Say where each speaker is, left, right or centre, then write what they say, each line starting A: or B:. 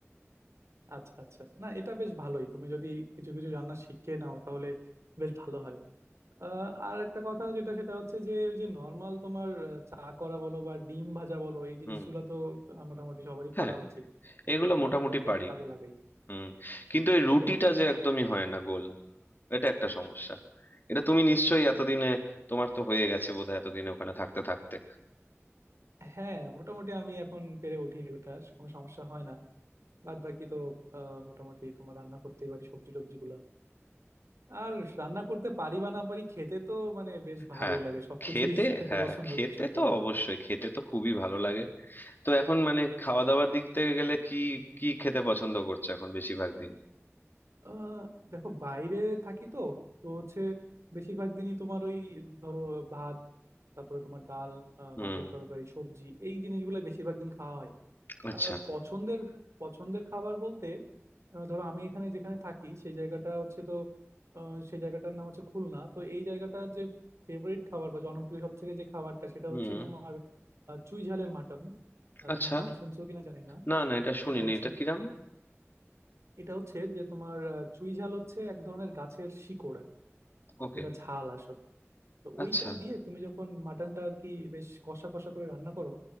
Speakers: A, on the right; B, on the left.
A: আচ্ছা আচ্ছা না এটা বেশ ভালোই তুমি যদি কিছু কিছু রান্না শিখে নাও তাহলে বেশ ভালো হয় আহ, আর একটা কথা যেটা সেটা হচ্ছে যে ওই যে নর্মাল তোমার আহ, চা করা বলো বা ডিম ভাজা বলো এই জিনিসগুলো
B: হুম
A: তো আহ, মোটামুটি সবারই
B: হ্যাঁ
A: পারা উচিত
B: এগুলো
A: কারণ
B: মোটামুটি
A: এগুলো তো
B: পারি
A: কাজে লাগাই
B: হুম কিন্তু এই রুটিটা
A: এটাই আর কি
B: যে একদমই হয় না গোল এটা একটা সমস্যা এটা তুমি নিশ্চয়ই এতদিনে তোমার তো হয়ে গেছে বোধহয় এতদিনে ওখানে থাকতে থাকতে
A: হ্যাঁ মোটামুটি আমি এখন পেরে উঠি ওটা কোনো সমস্যা হয় না বাদ বাকি তো আহ, মোটামুটি তোমার রান্না করতেই পারি সবজি টবজি গুলা আর রান্না করতে পারি বা না পারি খেতে তো মানে বেশ ভালোই
B: হ্যাঁ
A: লাগে সবকিছুই
B: খেতে
A: <laughs> খেতে
B: হ্যাঁ
A: পছন্দ
B: খেতে
A: করি সত্যি
B: তো
A: কথা
B: অবশ্যই
A: বলতে
B: খেতে তো খুবই ভালো লাগে তো এখন মানে খাওয়া দাওয়ার দিক থেকে গেলে কি কি খেতে পছন্দ করছো এখন বেশিরভাগ দিন
A: আহ দেখো বাইরে থাকি তো তো হচ্ছে বেশিরভাগ দিনই তোমার ওই ধরো ভাত তারপরে তোমার ডাল আহ,
B: হুম
A: মাছের তরকারি সবজি এই জিনিসগুলো বেশিরভাগ দিন খাওয়া হয়
B: আচ্ছা
A: আহ, পছন্দের পছন্দের খাবার বলতে আহ, ধরো আমি এখানে যেখানে থাকি সেই জায়গাটা হচ্ছে তো আহ, সেই জায়গাটার নাম হচ্ছে খুলনা তো এই জায়গাটার যে ফেভারিট খাবার বা জনপ্রিয় সব থেকে যে খাবারটা সেটা
B: হুম
A: হচ্ছে তোমার আহ, চুই ঝালের মাটন
B: আচ্ছা
A: তুমি নাম শুনছো কিনা জানি না
B: না না এটা শুনিনি
A: এটা হচ্ছে
B: এটা কিরাম
A: এটা হচ্ছে যে তোমার আহ, চুই ঝাল হচ্ছে এক ধরনের গাছের শিকড় আর কি
B: ওকে
A: যেটা ঝাল আসলে তো ওইটা
B: আচ্ছা
A: দিয়ে তুমি যখন মাটনটা আর কি বেশ কষা কষা করে রান্না করো